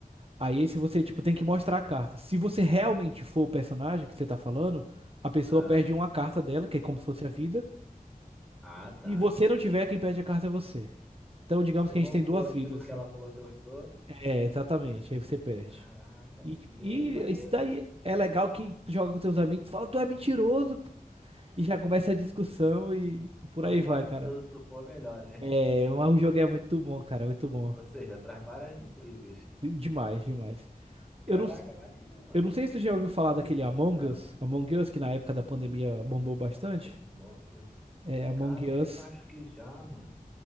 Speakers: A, on the right (about 40°); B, in the centre.
A: Aí se você, tipo, tem que mostrar a carta. Se você realmente for o personagem que você tá falando, a pessoa
B: Ah,
A: perde uma carta dela, que é como se fosse a vida.
B: ah, tá.
A: E você não tiver, quem perde a carta é você. Então, digamos
B: Se
A: que
B: eu
A: a
B: não
A: gente tem
B: for
A: duas
B: aquilo
A: vidas,
B: que
A: assim.
B: ela falou que eu sou,
A: É, exatamente. Aí você perde.
B: caraca,
A: E,
B: que
A: tipo,
B: doido,
A: e
B: maneiro,
A: isso daí
B: hein?
A: é legal que tu joga com teus amigos, fala, tu é mentiroso, pô. E já começa a discussão e por
B: Quanto
A: aí vai,
B: mais mentiroso
A: cara.
B: tu for, melhor, né?
A: É, mas o jogo é muito bom, cara, muito bom.
B: Ou seja, traz várias intrigas.
A: De- Demais, demais.
B: Caraca,
A: Eu não,
B: maneiro, mano.
A: Eu não sei se tu já ouviu falar daquele Among
B: Ah,
A: Us, Among Us, que na época da pandemia bombou bastante.
B: Among Us.
A: É, Among
B: Cara, bem,
A: Us.
B: eu acho que já, mano.